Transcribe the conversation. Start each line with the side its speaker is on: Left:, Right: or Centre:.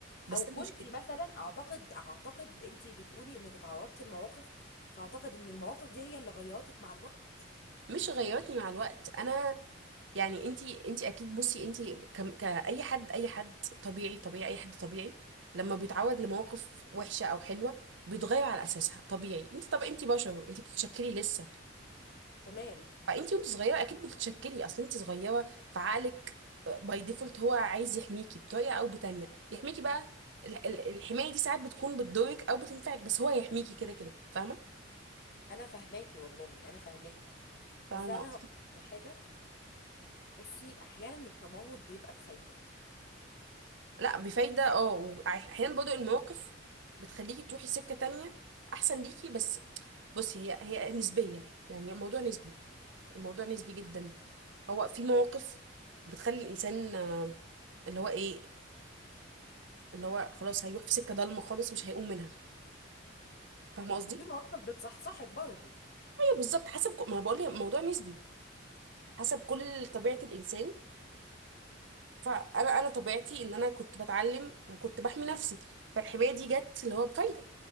Right: بس
Left: او
Right: انا
Left: كنتي
Right: مش كده
Left: مثلا اعتقد اعتقد انتي بتقولي انك تعرضتي لمواقف فاعتقد ان المواقف دي هي اللي غيرتك مع الوقت
Right: مش غيرتني مع الوقت انا يعني انتي انتي اكيد بصي انتي كم- كأي حد اي حد طبيعي طبيعي اي حد طبيعي لما بيتعود لمواقف وحشة او حلوة بيتغير على اساسها طبيعي انتي طب انتي بشر انتي بتتشكلي لسه
Left: تمام
Right: فانتي وانت صغيرة اكيد بتتشكلي اصل انتي صغيرة فعقلك باي ديفولت هو عايز يحميكي بطريقة او بتانية بيحميكي بقى ال- ال- الحماية دي ساعات بتكون بتضرك او بتنفعك بس هو هيحميكي كده كده فاهمة
Left: انا فاهماكي والله انا فاهماكي
Right: فاهمة
Left: بس انا
Right: قصدي
Left: هقول لك على حاجه بصي احيانا التمرد بيبقى بفايده
Right: لا بفايدة اه واحيانا برضو المواقف بتخليكي تروحي سكة تانية احسن ليكي بس بصي هي هي نسبية يعني الموضوع نسبي الموضوع نسبي جدا هو في مواقف بتخلي الانسان آه، اللي هو ايه اللي هو خلاص هيروح في سكة ضلمة خالص مش هيقوم منها فاهمة قصدي؟
Left: وفي مواقف بتصحصحك برضه
Right: ايوه بالظبط حسب ك- ما انا بقول لك الموضوع نسبي حسب كل طبيعة الانسان فانا انا طبيعتي ان انا كنت بتعلم وكنت بحمي نفسي فالحماية دي جت اللي هو بفايدة